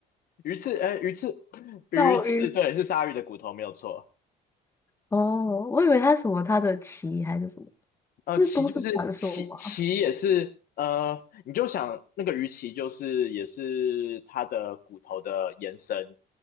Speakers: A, on the left; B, on the left.
A: 鱼刺，哎鱼刺鱼刺对是鲨鱼的骨头没有错。
B: <laughs> 绕晕。哦，我以为它是什么它的鳍还是什么，
A: 呃，
B: 这是都市传说吗？
A: 鳍就是鳍，鳍也是呃，你就想那个鱼鳍就是也是它的骨头的延伸，